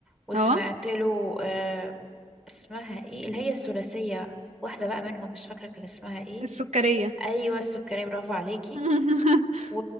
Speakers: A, in the centre; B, on the right (about 70°).
A: وسمعت
B: اه
A: له آه، اسمها ايه اللي هي الثلاثية واحدة بقى منهم مش فاكرة كان اسمها ايه
B: السكريه
A: ايوه السكرية برافو عليكي
B: <laughs>
A: و...